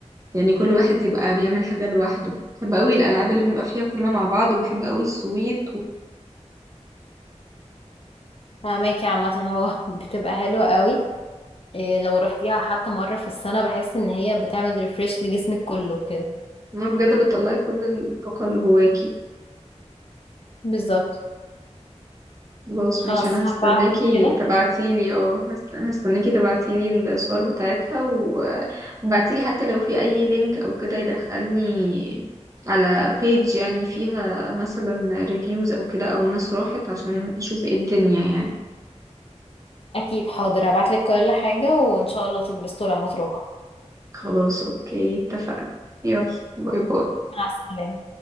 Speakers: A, on the right (about 25°); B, on the left (about 50°).
A: يعني كل واحد يبقى بيعمل حاجه لوحده بحب قوي الالعاب اللي بنبقى فيها كلنا مع بعض وبحب قوي السويت
B: فاهمك يا عامة هو <laughs> بتبقى حلوة قوي إيه لو رحتيها حتى مرة في السنة بحس ان هي بتعمل ريفريش لجسمك كله كده
A: هو بجد بتطلعي كل الطاقة اللي جواكي
B: بالظبط
A: خلاص
B: خلاص
A: ماشي انا هستناكي
B: هبعتلك كده
A: تبعتيلي اه هست- هستناكي تبعتيلي الصور بتاعتها و... وبعتيلي حتى لو في اي لينك او كده يدخلني على بيج يعني فيها مثلا ريفيوز او كده او ناس راحت عشان اشوف ايه الدنيا يعني
B: اكيد حاضر هبعتلك كل حاجة وان شاء الله تتبسطوا لما تروحوا
A: خلاص اوكي اتفقنا يلا باي باي
B: مع السلامة